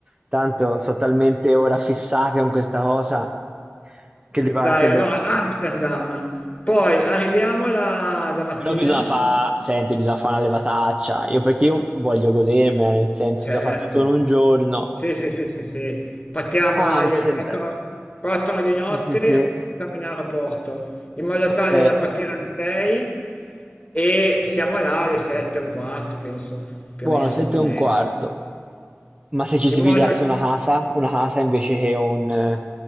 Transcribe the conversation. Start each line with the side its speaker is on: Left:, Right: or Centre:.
Right: Tanto sono talmente ora fissati con questa cosa che gli va
Left: Dai,
Right: anche bene.
Left: allora Amsterdam. Poi arriviamo la, la mattina.
Right: Però bisogna fare, senti, bisogna fare una levataccia. Io perché io voglio godermela, nel senso,
Left: Certo,
Right: bisogna fare tutto in un giorno.
Left: Sì, sì, sì, sì, sì. Partiamo
Right: Amsterdam.
Left: alle 4, 4 di
Right: Eh,
Left: notte
Right: sì, sì, sì.
Left: e siamo in aeroporto, in modo
Right: Ok,
Left: tale da partire alle 6 e siamo là alle 7 e un quarto, penso, più
Right: buono,
Left: o meno
Right: sette
Left: 7 e
Right: e
Left: mezza.
Right: un quarto. Ma se ci
Left: In
Right: si
Left: modo
Right: pigliasse
Left: che...
Right: una casa, una casa invece che un... eh,